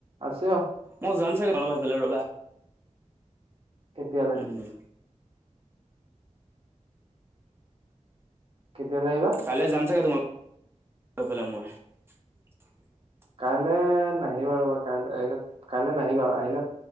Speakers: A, on the right; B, on the right.
A: আছে আও।
B: মই যাম চাগে তহঁতৰ সেইফালে ৰবা।
A: কেতিয়ালে?
B: উম
A: কেতিয়ালে আহিবা
B: কাইলে যাম ছাগে তোমালকফালে মই। <unintelligible>
A: কাইলৈ নাহিবা ৰবা। কাইলে আহিলে কাইলৈ নাহিবা আহিলে